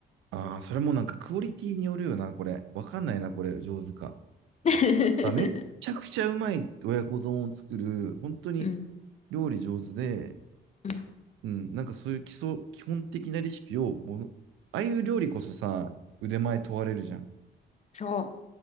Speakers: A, on the right (about 80°); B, on the left (about 35°).
A: ああ、それもなんかクオリティによるよな、これ。わかんないな、これ、上手か。
B: <laughs>
A: あ、めっちゃくちゃうまい親子丼を作る、本当に
B: うん、
A: 料理上手で、
B: うん、
A: うん、なんかそういう基礎、基本的なレシピをもの、ああいう料理こそさ、腕前問われるじゃん。
B: そう、